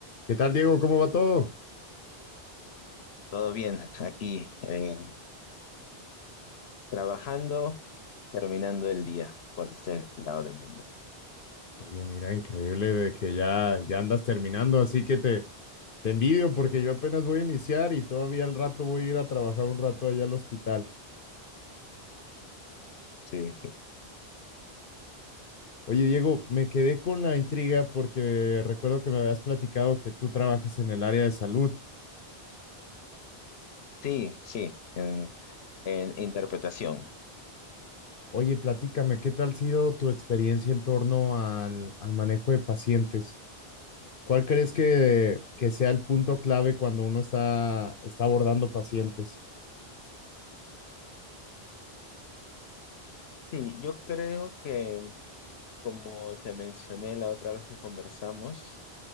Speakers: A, on the left; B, on the left.
A: ¿Qué tal, Diego? ¿Cómo va todo?
B: Todo bien, aquí eh, trabajando, terminando el día por este lado del mundo.
A: Oye, mira, increíble de que ya, ya andas terminando, así que te, te envidio porque yo apenas voy a iniciar y todavía al rato voy a ir a trabajar un rato allá al hospital.
B: Sí, sí,
A: Oye, Diego, me quedé con la intriga porque recuerdo que me habías platicado que tú trabajas en el área de salud.
B: sí, sí, en, en interpretación.
A: Oye, platícame, ¿qué tal ha sido tu experiencia en torno al, al manejo de pacientes? ¿Cuál crees que, que sea el punto clave cuando uno está, está abordando pacientes?
B: Sí, yo creo que, como te mencioné la otra vez que conversamos,